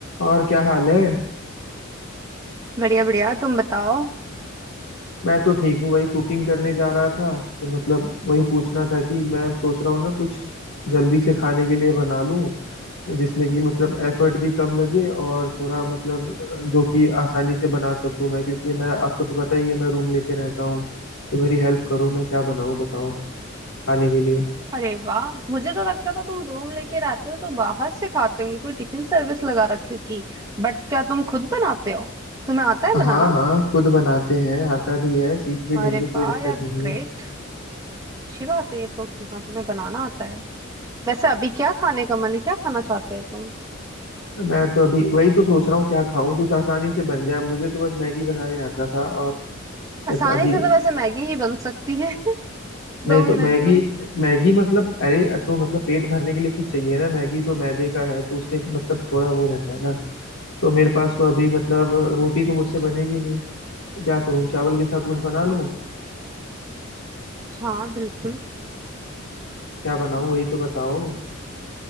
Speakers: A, on the left; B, on the right.
A: और क्या हाल है
B: बढ़िया बढ़िया तुम बताओ
A: मैं तो ठीक हूँ वही कुकिंग करने जा रहा था तो मतलब वही पूछना था कि मैं सोच रहा हूँ ना कुछ जल्दी से खाने के लिए बना लूँ जिसमें कि मतलब एफर्ट भी कम लगे और थोड़ा मतलब अ, जो कि आसानी से बना सकूँ मैं क्योंकि मैं आपको तो पता ही है मैं रूम लेके रहता हूँ तो मेरी हेल्प करो मैं क्या बनाऊँ बताओ खाने के लिए
B: अरे वाह मुझे तो लगता था तुम रूम लेके रहते हो तो बाहर से खाते होंगे कोई टिफिन सर्विस लगा रखी होगी बट क्या तुम खुद बनाते हो तुम्हें आता है बनाना
A: हाँ हाँ खुद बनाते हैं आता भी है सीख भी लेंगे
B: अरे
A: कोई
B: वाह
A: दिक्कत
B: यार
A: नहीं
B: ग्रेट
A: है
B: अच्छी बात है ये तो कि हाँ तुम्हें बनाना आता है वैसे अभी क्या खाने का मन है क्या खाना चाहते हो तुम
A: मैं तो अभी वही तो सोच रहा हूँ क्या खाऊं कुछ आसानी से बन जाए मुझे तो बस मैगी बनाने आता था और बट
B: आसानी
A: अभी
B: से तो वैसे मैगी ही बन सकती है <laughs> दो
A: नहीं
B: मिनट
A: तो मैगी
B: में
A: मैगी मतलब अरे तो मतलब पेट भरने के लिए कुछ चाहिए ना मैगी तो मैदे का है तो उससे मतलब थोड़ा वो रहता है ना तो मेरे पास तो अभी मतलब रोटी तो मुझसे बनेगी नहीं तो क्या करूँ चावल के साथ कुछ बना
B: अच्छा
A: लूँ
B: हाँ बिल्कुल
A: क्या बनाऊँ वही तो बताओ